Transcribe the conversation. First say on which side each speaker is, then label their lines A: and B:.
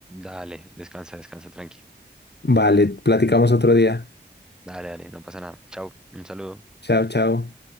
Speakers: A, in the centre; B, on the left (about 65°).
A: Dale, descansa, descansa, tranqui.
B: Vale, platicamos otro día.
A: Dale, dale, no pasa nada. Chao, un saludo.
B: Chao, chao.